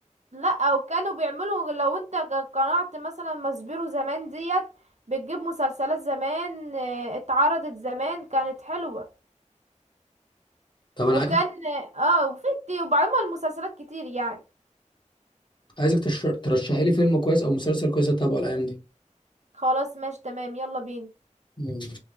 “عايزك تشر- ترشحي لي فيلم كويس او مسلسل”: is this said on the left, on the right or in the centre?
Left